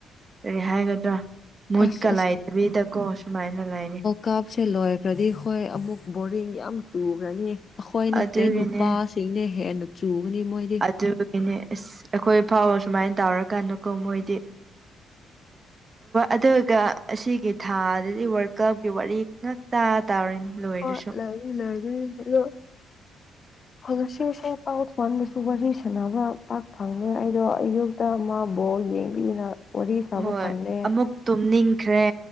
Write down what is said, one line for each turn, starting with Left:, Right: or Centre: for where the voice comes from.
Right: ꯀꯔꯤ ꯍꯥꯏꯒꯗ꯭ꯔꯥ ꯃꯨꯠꯀ
Left: ꯑꯁ
Right: ꯂꯥꯏꯗꯕꯤꯗꯀꯣ ꯁꯨꯃꯥꯏꯅ ꯂꯩꯅꯤ
Left: ꯀꯥꯞꯁꯦ ꯂꯣꯏꯈ꯭ꯔꯗꯤ ꯍꯣꯏ ꯑꯃꯨꯛ ꯕꯣꯔꯤꯡ ꯌꯥꯝ ꯆꯨꯈ꯭ꯔꯅꯤ ꯑꯩꯈꯣꯏ ꯅꯠꯇꯦ
Right: ꯑꯗꯨꯒꯤꯅꯦ
Left: ꯅꯨꯄꯥ ꯅ ꯍꯦꯟꯅ ꯆꯨꯒꯅꯤ ꯃꯣꯏꯗꯤ
Right: ꯑꯗꯨꯒꯤꯅꯦ ꯑꯁ ꯑꯩꯈꯣꯏ ꯐꯥꯎꯕ ꯁꯨꯃꯥꯏꯅ ꯇꯧꯔꯀꯥꯟꯗꯀꯣ ꯃꯣꯏꯗꯤ ꯑꯗꯨꯒ ꯑꯁꯤꯒꯤ ꯊꯥꯗꯗꯤ ꯋꯥꯔ ꯀꯞꯀꯤ ꯋꯥꯔꯤ ꯉꯥꯛꯇꯥ ꯇꯥꯔꯤꯅꯤ ꯂꯣꯔꯁꯨ
Left: ꯍꯣꯏ ꯂꯩꯒꯅꯤ ꯂꯩꯒꯅꯤ
Right: <inaudible>
Left: ꯍ ꯉꯁꯤ ꯉꯁ ꯄꯥꯎ ꯊꯣꯡꯍꯟꯕꯁꯨ ꯋꯥꯔꯤ ꯁꯥꯟꯅꯕ ꯄꯥꯛ ꯐꯪꯉꯦ ꯑꯩꯗꯣ ꯑꯌꯨꯛ ꯇ ꯑꯃꯕꯣ ꯌꯦꯡꯕꯤꯅ ꯋꯥꯔꯤ ꯁꯥꯕ
Right: ꯍꯣꯏ
Left: ꯐꯪꯗꯦ
Right: ꯑꯃꯨꯛ ꯇꯨꯝꯅꯤꯡꯈ꯭ꯔꯦ